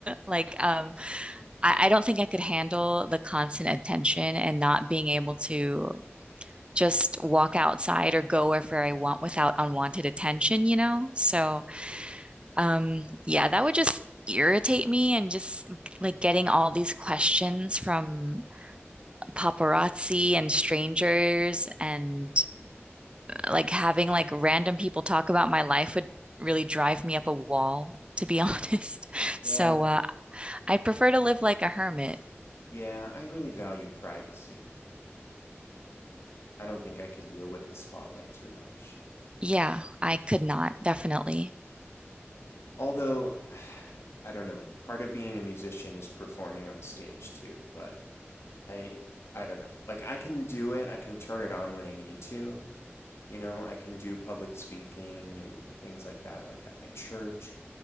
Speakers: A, on the right; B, on the left.
A: Like, um, I, I don't think I could handle the constant attention and not being able to just walk outside or go wherever I want without unwanted attention, you know? So, um, yeah, that would just irritate me and just like getting all these questions from paparazzi and strangers and like having like random people talk about my life would really drive me up a wall, to be honest. <laughs>
B: Yeah.
A: So uh, I prefer to live like a hermit.
B: Yeah, I really value privacy. I don't think I could deal with the spotlight too much.
A: Yeah, I could not, definitely.
B: Although, <sighs> I don't know, part of being a musician is performing on stage too, but I I don't know. Like I can do it, I can turn it on when I need to. You know, I can do public speaking and things like that, like at my church.